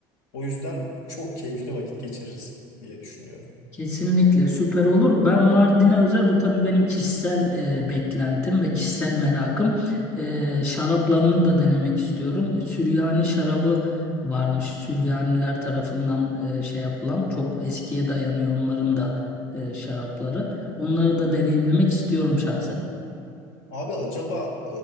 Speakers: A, on the left; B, on the left.
A: O yüzden çok keyifli vakit geçiririz diye düşünüyorum.
B: Kesinlikle süper olur. Ben Mardin'e özel bu tabii benim kişisel e, beklentim ve kişisel merakım. E, şaraplarını da denemek istiyorum. Süryani şarabı varmış. Süryaniler tarafından e, şey yapılan çok eskiye dayanıyor onların da e, şarapları. Onları da deneyimlemek istiyorum şahsen.
A: Abi acaba